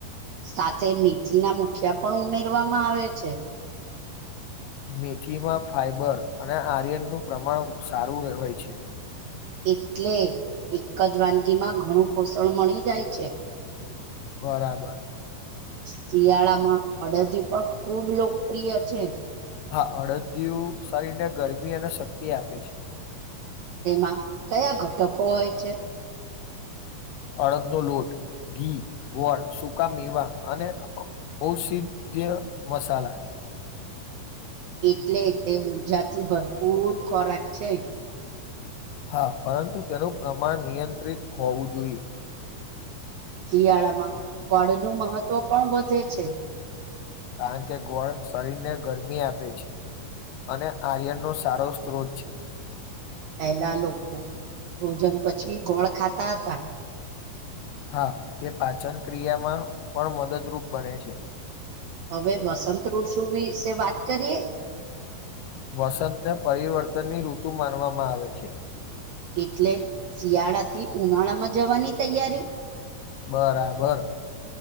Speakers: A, on the right (about 80°); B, on the left (about 75°).
A: સાથે મેથીના મુઠિયા પણ ઉમેરવામાં આવે છે.
B: મેથીમાં ફાઈબર અને આર્યનનું પ્રમાણ સારું હોય છે.
A: એટલે એક જ વાનગીમાં ઘણું પોષણ મળી જાય છે.
B: બરાબર.
A: શિયાળામાં અડધ્યું પણ ખુબ લોકપ્રિય છે.
B: હા, અડધ્યું શરીરને ગરમી અને શક્તિ આપે છે.
A: તેમાં કયા ઘટકો હોય છે?
B: અડદનો લોટ, ઘી, ગોળ, સૂકા મેવા, અને ઔષધય મસાલા.
A: એટલે તે ઊર્જાથી ભરપૂર ખોરાક છે.
B: હા, પરંતુ તેનું પ્રમાણ નિયંત્રિત હોવું જોઈએ.
A: શિયાળામાં ગોળ નું મહત્વ પણ વધે છે.
B: કારણ કે ગોળ શરીરને ગરમી આપે છે. અને આર્યનનો સારો સ્ત્રોત છે.
A: પહેલા લોકો ભોજન પછી ગોળ ખાતા હતા.
B: હા, તે પાચન ક્રિયામાં પણ મદદરૂપ બને છે.
A: હવે વસંત ઋષુ વિશે વાત કરીએ?
B: વસંતને પરિવર્તનની ઋતુ માનવામાં આવે છે.
A: એટલે શિયાળાથી ઉનાળામાં જવાની તૈયારી?
B: બરાબર.